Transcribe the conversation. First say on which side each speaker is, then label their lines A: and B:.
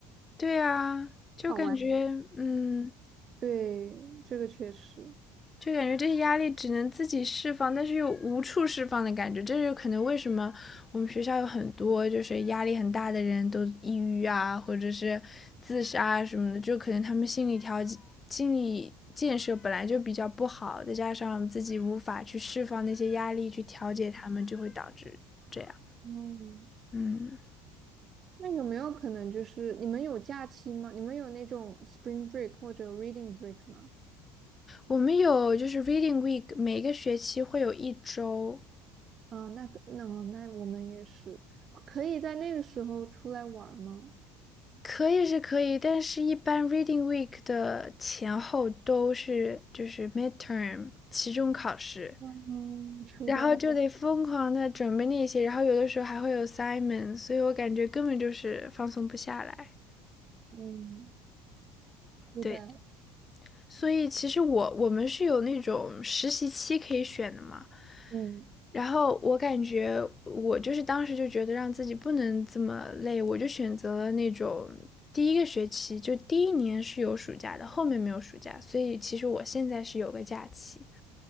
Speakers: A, on the left; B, on the right.
A: 对啊，就感觉嗯。
B: 好玩。对，这个确实。
A: 就感觉这些压力只能自己释放，但是又无处释放的感觉。这就可能为什么我们学校有很多就是压力很大的人都抑郁啊，或者是自杀啊什么的，就可能他们心理调件、心理建设本来就比较不好，再加上我们自己无法去释放那些压力去调节他们，就会导致这样。
B: 嗯，
A: 嗯，
B: 那有没有可能就是你们有假期吗？你们有那种 spring break 或者 reading break 吗？
A: 我们有就是 Reading Week，每个学期会有一周，
B: 啊、那个，那那我们也是，可以在那个时候出来玩儿吗？
A: 可以是可以，但是一般 Reading Week 的前后都是就是 midterm 期中考试，
B: 嗯，初代，
A: 然后就得疯狂的准备那些，然后有的时候还会有 s i m o n 所以我感觉根本就是放松不下来。
B: 嗯，初代，
A: 对，所以其实我我们是有那种实习期可以选的嘛，
B: 嗯，
A: 然后我感觉我就是当时就觉得让自己不能这么累，我就选择了那种第一个学期就第一年是有暑假的，后面没有暑假，所以其实我现在是有个假期，